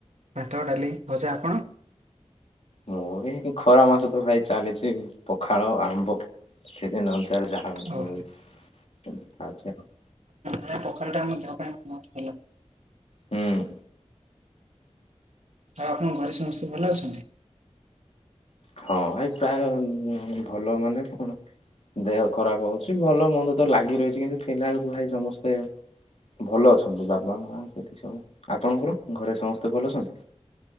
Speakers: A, on the right; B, on the left.
A: ଭାତ ଡାଲି ଭଜା। ଆପଣ?
B: ମୁଁ ବି ଖରା ମାସ ତ ଭାଇ ଚାଲିଛି ପଖାଳ ଆମ୍ବ ସିଜିନି ଅନୁସାରେ ଯା ଆଉଚି
A: ଓହୋ
B: ପ୍ରଣାଳି ଆଉଚି ଆଉ।
A: ହଁ ପଖାଳ ଟା ଆମ ଦେହ ପାଇଁ ବହୁତ ଭଲ।
B: ହୁଁ।
A: ଆଉ ଆପଣଙ୍କ ଘରେ ସମସ୍ତେ ଭଲ ଅଛନ୍ତି?
B: ହଁ ଭାଇ ପ୍ରାୟ ଭଲ ମାନେ କଣ? ଦେହ ଖରାପ ହଉଛି ଭଲ ମନ୍ଦ ତ ଲାଗି ରହିଛି କିନ୍ତୁ ଫିଲାଲ ଭାଇ ସମସ୍ତେ ଭଲ ଅଛନ୍ତି ବାବା ମା ସେଠି ସବୁ ଆପଣଙ୍କର ଘରେ ସମସ୍ତେ ଭଲ ଅଛନ୍ତି?